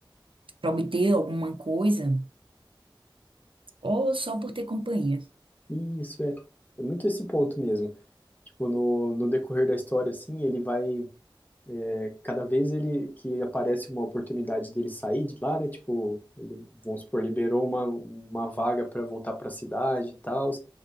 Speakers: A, on the right; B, on the left.
A: para obter alguma coisa ou só por ter companhia.
B: E isso é, é muito esse ponto mesmo. Tipo, no, no decorrer da história, assim, ele vai, é, cada vez ele, que aparece uma oportunidade dele sair de lá, né? Tipo, ele, vamos supor, liberou uma, uma vaga para voltar para a cidade e tal,